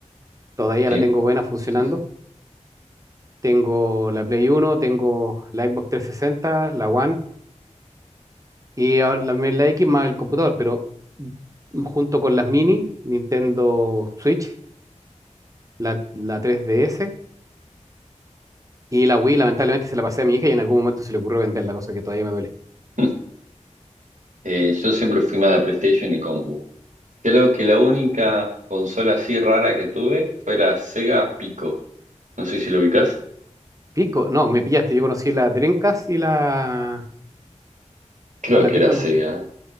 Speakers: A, on the right; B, on the right.
A: Todavía
B: Sí,
A: la tengo buena funcionando.
B: sí. sí.
A: Tengo la Play Uno tengo la Xbox trescientos sesenta la One Y ahora la, la X más el computador, pero junto con las mini, Nintendo Switch, la, la 3DS y la Wii, lamentablemente se la pasé a mi hija y en algún momento se le ocurrió venderla, cosa que todavía me duele.
B: <laughs> Eh, yo siempre fui más de PlayStation y compu. Creo que la única consola así rara que tuve fue la Sega Pico. No sé si lo ubicás.
A: Pico, no, me pillaste, yo conocí la Dreamcast y la...
B: Creo
A: No, la
B: que
A: Pico
B: era Sega.
A: no.